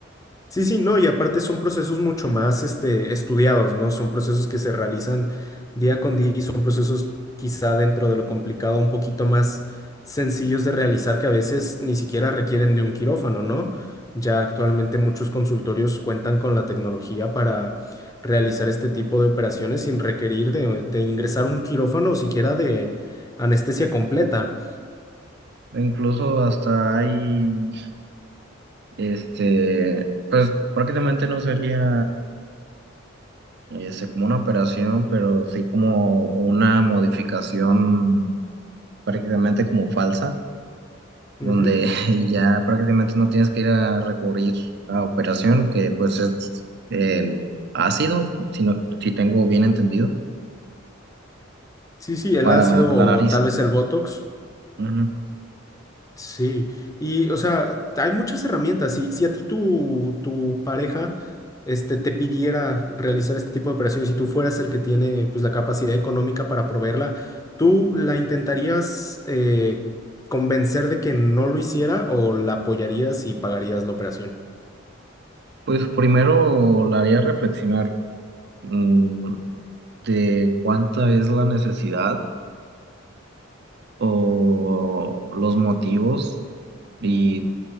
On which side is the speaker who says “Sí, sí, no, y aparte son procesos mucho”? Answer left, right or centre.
Left